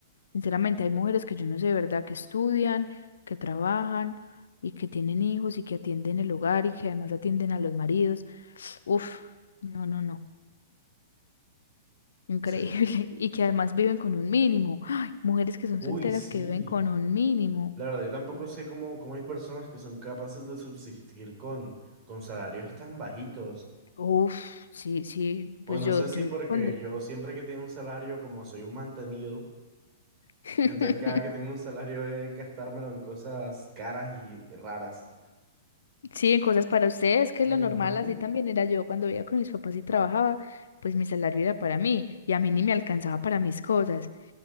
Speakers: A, on the left; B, on the right.
A: Sinceramente, hay mujeres que yo no sé de verdad que estudian, que trabajan y que tienen hijos y que atienden el hogar y que además atienden a los maridos. Uf, no, no, no. Increíble.
B: Sí.
A: <laughs> Y que además viven con un mínimo. Ay, mujeres que son
B: Uy,
A: solteras
B: sí.
A: que viven con un mínimo.
B: La verdad, yo tampoco
A: Dios.
B: sé cómo, cómo hay personas que son capaces de subsistir con, con salarios tan bajitos.
A: Uf, sí, sí,
B: O
A: pues
B: no
A: yo,
B: sé si
A: yo
B: porque
A: cuando.
B: yo siempre que tengo un salario, como soy un mantenido,
A: <laughs>
B: entonces cada que tengo un salario es gastármelo en cosas caras y raras.
A: Sí, en cosas para ustedes, que es
B: Ujú,
A: lo normal, así también era yo cuando vivía con mis papás y trabajaba, pues mi salario era para mí y a mí ni me alcanzaba para mis cosas.